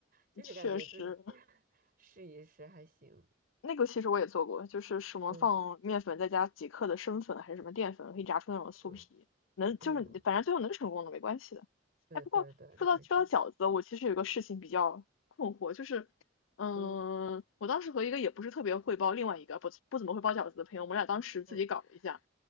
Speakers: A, on the right; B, on the left.
A: 就是感觉自己
B: 确实，
A: <laughs> 试一试还行。
B: 那个其实我也做过，就是什么放面粉再加几克的生粉还是什么淀粉，
A: 嗯
B: 可以炸出那种酥皮，
A: 嗯
B: 能就是反正最后能成功的没关系的。
A: 嗯，对对对，
B: 哎，不过说到说到饺子，
A: 那还挺好。
B: 我其实有个事情比较困惑，就是嗯，
A: 嗯
B: 我当时和一个也不是特别会包，另外一个不不怎么会包饺子的朋友，我们俩当时自己搞了一下，
A: 嗯